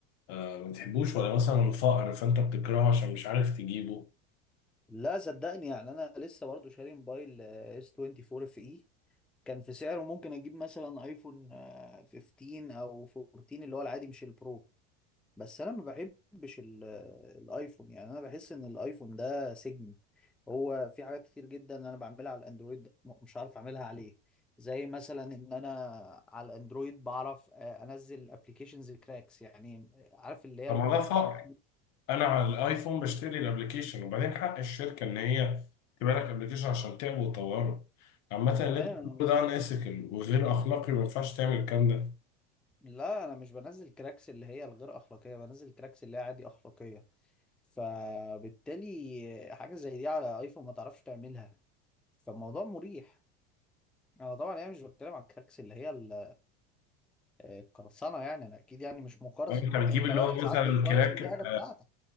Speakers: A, on the left; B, in the centre.
A: آه، ما بتحبوش ولا مثلا فقر فانت بتكرهه عشان مش عارف تجيبه
B: لا صدقني يعني انا لسه برضو شاري موبايل آه، اس 24 اف اي كان في سعره ممكن اجيب مثلا ايفون آه، 15 او 14 اللي هو العادي مش البرو بس انا ما بحبش ال- الايفون يعني انا بحس ان الايفون ده سجن هو في حاجات كتير جدا انا بعملها على الاندرويد م- مش عارف اعملها عليه زي مثلا ان انا على الاندرويد بعرف آه، انزل ابلكيشنز كراكس يعني عارف اللي هي
A: طب
B: الابلكيشن
A: ما ده فقر انا على الايفون بشتري الابليكيشن وبعدين حق الشركه ان هي تبقى لك ابليكيشن عشان تعبه وتطوره عامة اللي
B: تمام
A: انت بتقوله ده ان وغير اخلاقي ما ينفعش تعمل الكلام ده
B: لا انا مش بنزل كراكس اللي هي الغير اخلاقيه بنزل كراكس اللي هي عادي اخلاقيه فبالتالي حاجه زي دي على ايفون ما تعرفش تعملها فالموضوع مريح انا طبعا يعني مش بتكلم على الكراكس اللي هي ال آه، قرصنه يعني انا اكيد يعني مش مقرصن
A: فانت بتجيب
B: انت
A: اللي
B: بقى
A: هو مثلا
B: ساعات بتقرصن
A: كراك
B: دي حاجه بتاعتك